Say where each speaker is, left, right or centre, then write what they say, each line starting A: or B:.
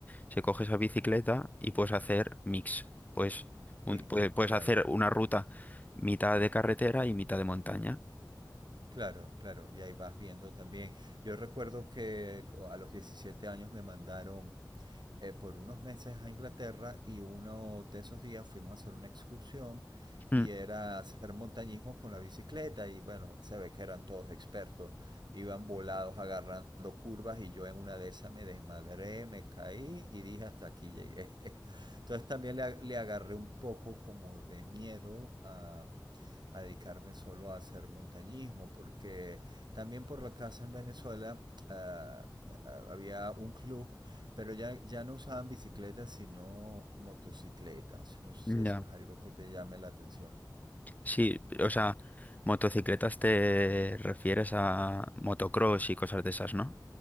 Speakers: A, on the left (about 20°); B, on the right (about 75°).
A: se coge esa bicicleta y puedes hacer mix. Pues puedes,
B: Mix,
A: puedes puedes
B: ya,
A: hacer
B: ya.
A: una ruta mitad de carretera y mitad de montaña.
B: Claro, claro, y ahí vas viendo también. Yo recuerdo que a los 17 años me mandaron eh, por unos meses a Inglaterra y uno de esos días fuimos a hacer una excursión y
A: Mm,
B: era hacer montañismo con la bicicleta y bueno, se ve que eran todos expertos, iban volados agarrando curvas y yo en una de esas me desmadré, me caí y dije hasta aquí llegué. <laughs> Entonces también le, a- le agarré un poco como de miedo a a dedicarme solo a hacer montañismo, porque también por la casa en Venezuela uh, había un club pero ya, ya no usaban bicicletas, sino motocicletas. No sé
A: Ya.
B: si eso es algo que te llame la atención.
A: Sí, o sea, motocicletas te refieres a motocross y cosas de esas, ¿no?